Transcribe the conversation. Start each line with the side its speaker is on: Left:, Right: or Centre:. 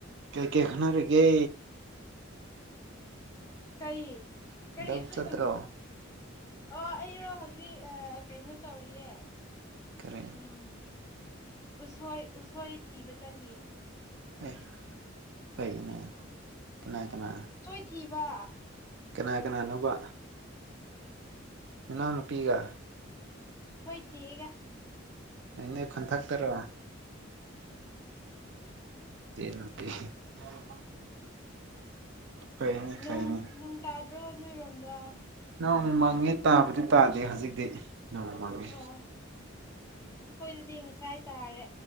Right: ꯀ ꯀꯩꯈꯅꯔꯦꯒꯦ
Left: ꯀꯩ ꯀꯔꯤ
Right: ꯂꯧ
Left: ꯍꯥꯏ
Right: ꯆꯠꯇ꯭ꯔꯣ
Left: ꯑꯣ ꯑꯩꯔꯣ ꯍꯧꯖꯤꯛ ꯀꯩꯅꯣ ꯇꯧꯔꯤꯌꯦ
Right: ꯀꯔꯤ
Left: ꯎꯝ ꯎꯁꯣꯏ ꯎꯁꯣꯏ ꯊꯤꯕ ꯆꯜꯂꯤꯠ
Right: ꯑꯦ ꯐꯩꯅꯦ ꯀꯅꯥ ꯀꯅꯥ
Left: ꯊꯕ
Right: ꯀꯅꯥ ꯀꯅꯥꯅꯣꯕ ꯃꯅꯥꯎꯅꯨꯄꯤꯒ
Left: ꯍꯣꯏ ꯆꯒ
Right: ꯑꯅꯦ ꯈꯨꯟꯊꯛꯇꯔꯣꯆ ꯅ ꯍ ꯀꯩꯅꯤ
Left: ꯅꯣꯡ
Right: ꯀꯥꯏꯅꯤ
Left: ꯅꯣꯡ ꯇꯥꯗ꯭ꯔꯣ ꯅꯣꯏꯔꯣꯝꯗ
Right: ꯅꯣꯡ ꯃꯥꯡꯉꯦ ꯇꯥꯕꯨꯗꯤ ꯇꯥꯗꯦ ꯍꯧꯖꯤꯛꯇꯤ ꯅꯣꯡꯃ ꯃꯥꯡꯉꯦ
Left: ꯑꯣ ꯑꯩꯈꯣꯏꯗꯗꯤ ꯉꯁꯥꯏ ꯇꯔꯦ